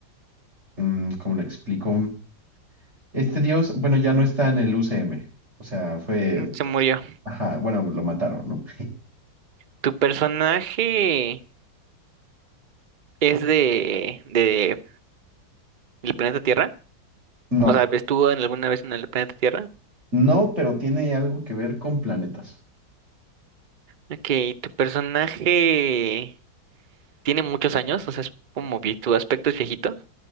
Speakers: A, on the right; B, on the right.
A: mm, ¿cómo le explico? Este dios, bueno, ya no está en el UCM, o sea, fue
B: Mm, Se murió.
A: Ajá, bueno, lo mataron, ¿no? <laughs>
B: ¿Tu personaje es de, de el planeta Tierra?
A: No,
B: O sea, ¿estuvo en alguna vez en el planeta Tierra?
A: no, pero tiene algo que ver con planetas.
B: Ok, ¿tu personaje tiene muchos años? O sea, es como vi- tu aspecto es viejito.